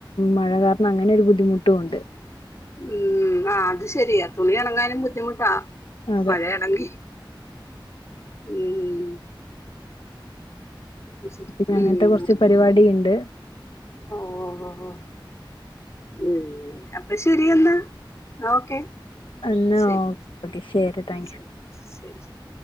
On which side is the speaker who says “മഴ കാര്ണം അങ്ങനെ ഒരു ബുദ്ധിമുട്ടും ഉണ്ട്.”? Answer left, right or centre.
Left